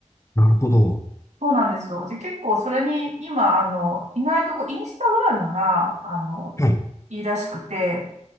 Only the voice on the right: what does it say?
うんそうなんですよ。で、結構それに、今、あの、意外とこう、インスタグラムが、あの、
いいらしくて、